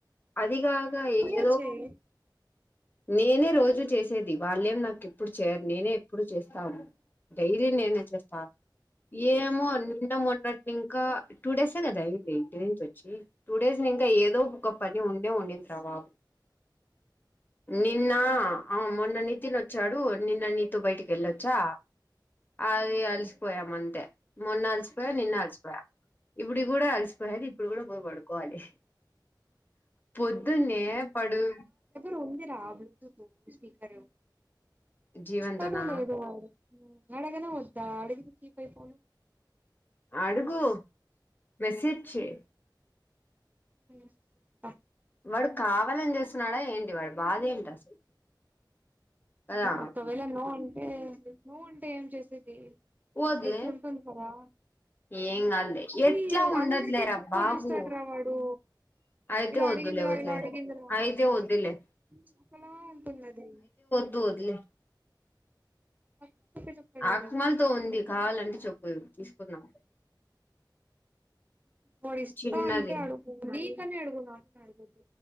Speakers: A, on the left; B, on the right.
A: అది కాక
B: నువ్వే
A: ఏదో
B: చెయ్
A: నేనే రోజు చేసేది వాళ్ళేం నాకి ఎప్పుడు చేయరు నేనే ఎప్పుడు చేస్తాను డైలీ నేనే చేస్తా
B: చేస్త
A: ఏమో నిన్న మన్నట్ నింక టూ డేసే కదా అయ్యింది ఇంటి నుంచి వచ్చి టు డేస్ నీ ఇంగ ఏదో ఒక్క పని ఉండే ఉన్నంత రావా నిన్న ఆ మొన్న నీతిన్ వచ్చాడు నిన్న నీతు బయటికి వెళ్ళొచ్చా అది అలిసిపోయాం అంతే మొన్న అలసిపో పోయ నిన్న అలిసిపోయా ఇప్పుడు కూడా అలసిపోయాలి ఇప్పుడు కూడా పో పడుకోవాలి పొద్దునేే పడు
B: రూంధిర పో స్పీ అరేయ్
A: జీవన్తోనా
B: ఇస్తాడు లేదోవడు అడగనా వద్దా అడుగ పయిపోను
A: అడుగు మెసేజ్చై
B: ఉ ప
A: వాడు కావాలని చేస్తున్నాడా ఏంటి వాడి బాధేంటి అసలు కదా
B: నో ఒకవైల నోట్ నువ్వుంటే ఏం చేసేది
A: వద్లే
B: ఎట్లుంటుంది కదా
A: ఏం కాదులే
B: చీ
A: ఎట్లా
B: ఈ
A: ఉండట్లేరా
B: అందరికిీ చప్పుకొని
A: బాబు
B: వస్తాడు్రా వాడు
A: అయితే
B: ఇలా
A: వద్దులే
B: అడిగిందిరా
A: వద్దులే
B: ఇలా అడిగిందిరా
A: అయితే
B: అని
A: వద్దులే
B: ఒక్కలా ఉంటున్నది
A: దూద్లే
B: పక్క చెప్పే చెప్తాడు
A: ఆకమాలతో
B: వాడు
A: ఉంది కావాలంటే చెప్పు తీసుకుందాం
B: పడి ఇస్తా
A: చిన్నది
B: అంటే అడుగు నీకనే అడుగు నా అడుగుద్దు